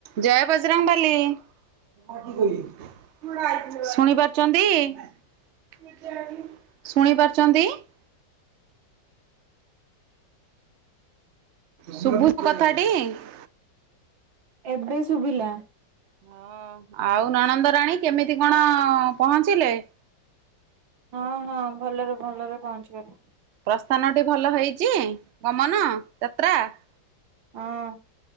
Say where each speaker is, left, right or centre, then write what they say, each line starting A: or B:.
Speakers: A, on the right; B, on the right.
A: ଜୟ ବଜରଙ୍ଗବାଲି । ଶୁଣି ପାରୁଚନ୍ତି । ଶୁଣି ପାରୁଚନ୍ତି । ଶୁଭୁଚି ମୋ କଥାଟି ।
B: ଏବେ ଶୁଭିଲା ।
A: ହଁ ଆଉ ନନନ୍ଦ ରାଣୀ କେମିତି କଣ ପହଞ୍ଚିଲେ ।
B: ହଁ ହଁ ଭଲରେ ଭଲରେ ପହଞ୍ଚିଗଲା ।
A: ପ୍ରସ୍ଥାନ ଟି ଭଲ ହେଇଛି ଗମନ ଯାତ୍ରା ।
B: ହଁ